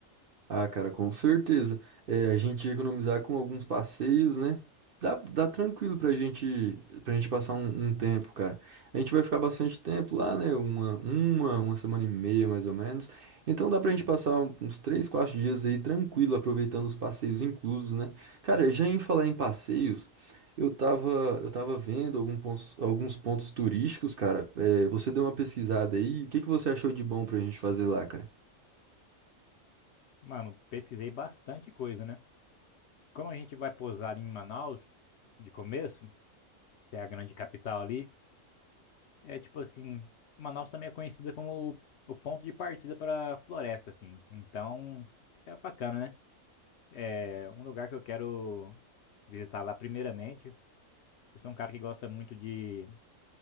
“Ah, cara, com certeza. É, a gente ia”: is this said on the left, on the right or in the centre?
Right